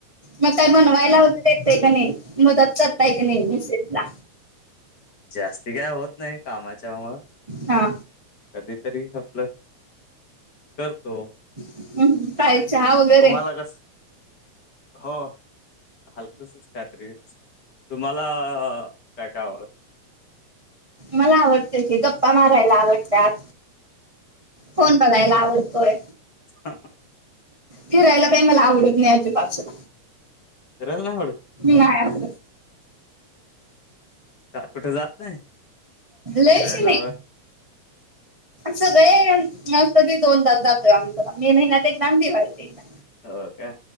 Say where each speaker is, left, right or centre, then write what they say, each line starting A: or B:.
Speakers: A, on the right; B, on the left.
A: मग काय बनवायला
B: अ
A: वगैर येतय का नाही मदत करताय का नाही मिसेस ला
B: जास्ती काय होत नाही कामाच्यामुळ
A: हा
B: कधीतरी आपल करतो
A: हम्म. काय चहा वगैरे
B: तुम्हाला कस हो हलकसच काही तरी तुम्हाला काय काय आवडत
A: मला आवडते की गप्पा मारायला आवडतात फोन बघायला आवडतोय
B: हह
A: फिरायला काही मला आवडत नाही आधी पासून
B: फिरायला नाही आवडत
A: मी आहे अस
B: का कुठं जात नाही
A: लयशी
B: फिरायला
A: नाही सगळे काय कधी दोनदा च जातोय आम्ही मे महिन्यात एकदा दिवाळी त एकदा
B: हो का